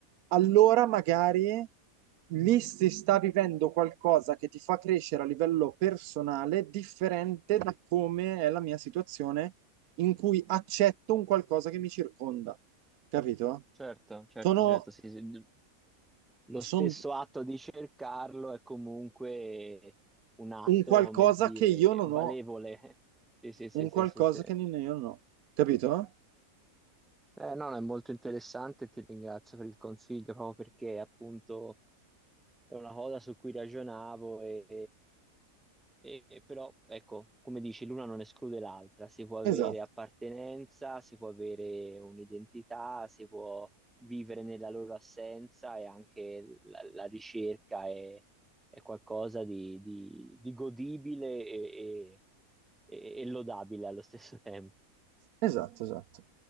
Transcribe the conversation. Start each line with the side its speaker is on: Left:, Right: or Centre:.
Right: allora magari lì si sta vivendo qualcosa che ti fa crescere a livello personale, differente da come è la mia situazione in cui accetto un qualcosa che mi circonda, capito?
Centre: Certo, certo,
Right: Sono,
Centre: certo, sì, sì. Lo
Right: son
Centre: stesso atto di cercarlo è comunque un atto,
Right: un qualcosa
Centre: come dire,
Right: che io non
Centre: valevole.
Right: ho,
Centre: Sì, sì, sì,
Right: un
Centre: sì,
Right: qualcosa
Centre: sì, sì.
Right: che non- io non ho, capito?
Centre: Eh, no, no, è molto interessante e ti ringrazio per il consiglio, proprio perché appunto è una cosa su cui ragionavo e, e- e- però ecco, come dici, l'una non esclude l'altra, si può avere
Right: Esatto,
Centre: appartenenza, si può avere un'identità, si può vivere nella loro assenza e anche la, la ricerca è, è qualcosa di, di- di godibile e e- e- e lodabile allo stesso <laughs> tempo.
Right: esatto, esatto.